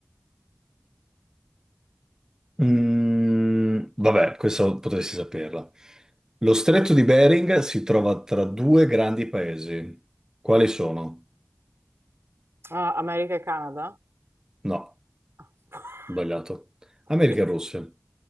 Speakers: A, on the right; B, on the right.
A: Mm, vabbè, questo potresti saperla. Lo stretto di Bering si trova tra due grandi paesi. Quali sono?
B: Ah, America e Canada?
A: No,
B: <laughs>
A: sbagliato.
B: Quale-
A: America e Russia.